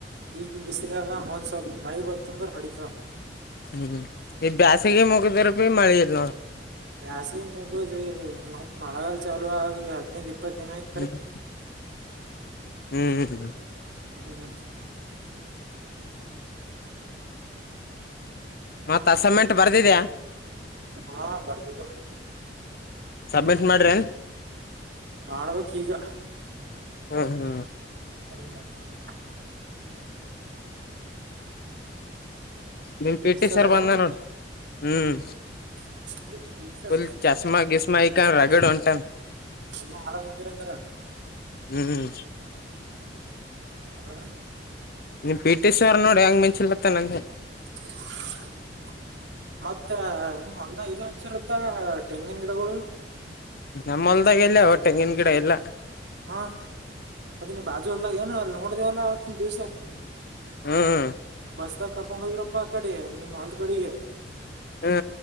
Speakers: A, on the right (about 75°); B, on the left (about 55°).
A: ಈಗ್ ಬಿ ಬಿಸಲದ ಮೊನ್ ಸ್ವಲ್ ಮಳಿ ಬ ಅಂದ್ರ ನಡಿತ
B: ಹ್ಮ್ ಈ ಬ್ಯಾಸಿಗೆ ಮುಗಿದ ರಪ ಮಳಿ ನೋ
A: ವಾಸಿಗೆ ಮುಗುದು ಮತ್ ಮಳೆಗಲ್ ಚಾಲು ಆಗ ಹದ್ನದುಇಪ್ಪತ್ತು ದಿನ ಆಯ್ತು
B: ಹ್ಮ್ ಹ್ಮ್ ಹ್ಮ್
A: ಹ್ಮ್
B: ಮತ್ ಅಸೈನ್ಮೆಂಟ್ ಬರ್ದಿದ್ಯಾ
A: ಹಾ ಬರ್ದರ <unintelligible>
B: ಸಬ್ಮಿಟ್ ಮಾಡ್ರೆ
A: ಮಾಡ್ಬೇಕ್ ಈಗ
B: ಹ್ಮ ಹ್ಮ್
A: ಬರರತ <unintelligible>
B: ನಿಮ್
A: ಪಟಿ
B: ಪಿ ಟಿ
A: ಸ
B: ಸರ್
A: ರನೆ
B: ಬಂದ ನೋಡ್ ಹ್ಮ್
A: ಒ ಹ ಹ ಹ ಸರ್
B: ಫುಲ್ ಚಸ್ಮಾ ಗಿಸ್ಮಾ ಇಕಂಡ್ ರಗಡ್ ಹೊಂಟಾನ್
A: ಅ ಆರಾಮ್ ಇದೀರಿಂದ್ರ
B: ಹ್ಮ್
A: ಹಾ
B: ನೀನ್ ಪಿಟಿ ಸ ಅವರ್ ನೋಡಿ ಹೆಂಗ್ ಮಂಚಿಲ್ ಬತ್ತ ನನ್ಗೆ
A: <unintelligible> ಮತ್ತೆ ಹೊಲದಾಗ ಇದು ಹಚ್ಚಿರುತ್ತಾ ತೆಂಗಿನ ಗಿಡಗಳು
B: ನಮ್ಮೊಲ್ದಾಗ ಎಲ್ಲೇವ ತೆಂಗಿನ ಗಿಡ ಇಲ್ಲ
A: ಹಾ ಅದ ನೀ ಬಾಜುಲ್ದಾಗ ಏನ ಅಲ್ಲಿ ನೋಡ್ದೇವಲ್ಲ ಅವತ್ತಿನ ದಿವ್ಸ
B: ಹ್ಮ ಹ
A: ಬಸ್ದಾಗ ಕರ್ಕೊಂಡ್ ಹೋಗಿರಪ್ಪಾ ಆ ಕಡೆ ನಿಮ್ ಹಲ್ದ ಕಡೆಗೆ
B: ಹಾ